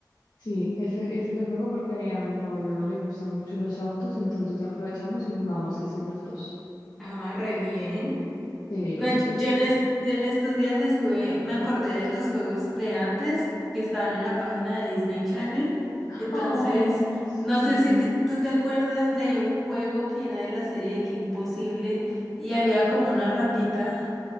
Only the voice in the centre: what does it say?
Ah, re bien.
No, yo
yo
en, es- yo en estos días estuve, me acordé de los juegos de antes que estaban en la página de Disney Channel.
Entonces,
no sé si te- tú te acuerdas de un juego que era de la serie de Que Imposible y había como una ratita